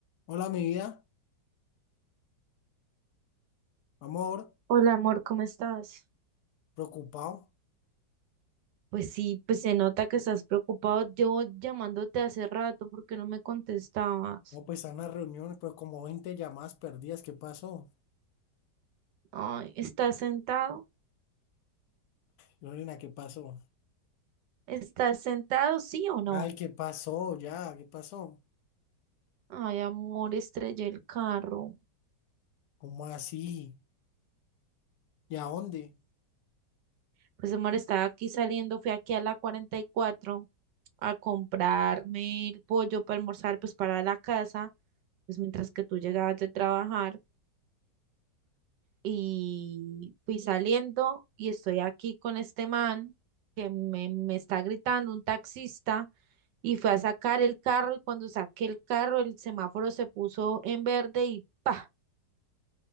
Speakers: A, on the left (about 65°); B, on the right (about 75°).
A: Hola, mi vida, amor,
B: Hola amor, ¿cómo estás?
A: preocupado.
B: Pues sí, pues se nota que estás preocupado. Yo llamándote hace rato porque no me contestabas.
A: No, pues están las reuniones, pero como 20 llamadas perdidas. ¿Qué pasó?
B: Ay, ¿estás sentado?
A: Lorena, ¿qué pasó?
B: ¿Estás sentado, sí o no?
A: Ay, ¿qué pasó? Ya, ¿qué pasó?
B: Ay, amor, estrellé el carro.
A: ¿Cómo así? ¿Y a dónde?
B: Pues amor, estaba aquí saliendo, fui aquí a la 44 a comprarme el pollo para almorzar, pues para la casa, pues mientras que tú llegabas de trabajar. y fui saliendo y estoy aquí con este man que me, me está gritando, un taxista, y fue a sacar el carro y cuando saqué el carro el semáforo se puso en verde y ¡pa!